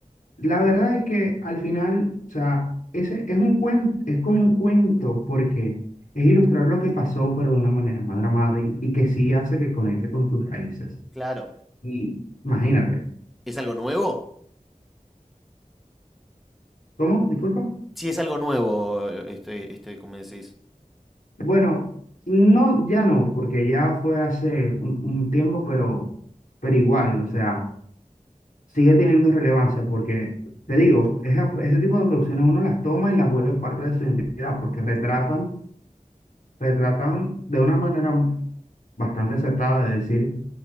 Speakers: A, on the left (about 75°); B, in the centre.
A: La verdad es que al final, o sea, ese es un cuento, es como un cuento porque es ilustrar lo que pasó, pero de una manera más dramática y, y que sí hace que conecte con tus raíces.
B: Claro.
A: Y imagínate,
B: ¿Es algo nuevo?
A: ¿cómo? Disculpa.
B: Sí, es algo nuevo, este, este, como decís.
A: Bueno, no, ya no, porque ya fue hace un, un tiempo, pero, pero igual, o sea, sigue teniendo relevancia porque, te digo, esa- ese tipo de producciones uno las toma y las vuelve parte de su identidad porque retratan, retratan de una manera bastante acertada de decir,